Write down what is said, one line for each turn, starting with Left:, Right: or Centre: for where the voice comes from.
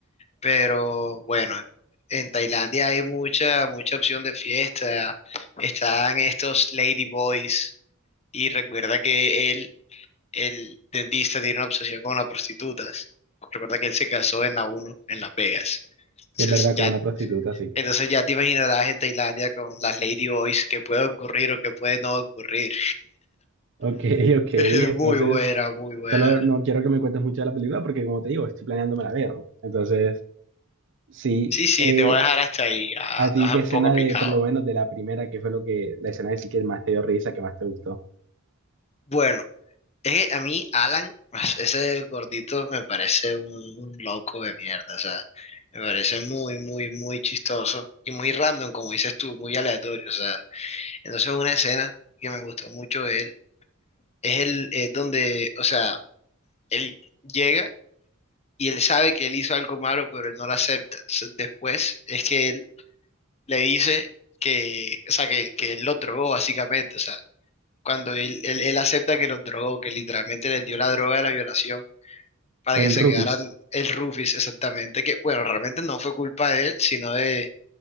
Left: pero bueno, en Tailandia hay mucha, mucha opción de fiesta. Están estos lady boys y recuerda que él, el dentista, tiene una obsesión con las prostitutas. Recuerda que él se casó en la uno en Las Vegas. Entonces
Right: Si es verdad,
Left: ya
Right: con una prostituta, sí.
Left: Entonces ya te imaginarás en Tailandia con las Ladyboys qué puede ocurrir o qué puede no ocurrir.
Right: Ok, <laughs> ok, entonces,
Left: <laughs> Muy buena, muy buena.
Right: solo no quiero que me cuentes mucho de la película porque, como te digo, estoy planeándome la ver. Entonces, sí,
Left: Sí, sí,
Right: eh,
Left: te voy a dejar hasta ahí. Ah,
Right: a ti,
Left: te vas a
Right: ¿qué
Left: dejar
Right: escena
Left: un poco picado.
Right: de, por lo menos, de la primera, qué fue lo que, la escena que sí que más te dio risa, que más te gustó?
Left: Bueno, es que a mí, Alan, <laughs> ese gordito me parece un, un loco de mierda. O sea, me parece muy, muy, muy chistoso y muy random, como dices tú, muy aleatorio. O sea, entonces una escena que me gustó mucho de él es el, es donde, o sea, él llega. y él sabe que él hizo algo malo, pero él no lo acepta. Entonces, después es que él le dice que, o sea, que, que él lo drogó básicamente, o sea, cuando él, él, él acepta que los drogó, que literalmente les dio la droga de la violación para
Right: El
Left: que se
Right: Rufis.
Left: quedaran el Rufus exactamente, que bueno, realmente no fue culpa de él, sino de,